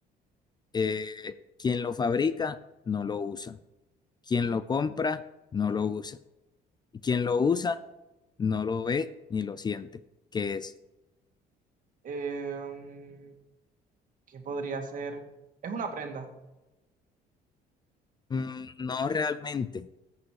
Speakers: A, on the left (about 25°); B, on the right (about 50°).
A: Eh, quien lo fabrica no lo usa. Quien lo compra no lo usa. Y quien lo usa no lo ve ni lo siente. que es?
B: Em, ¿qué podría ser? Es una prenda.
A: Mm, no realmente.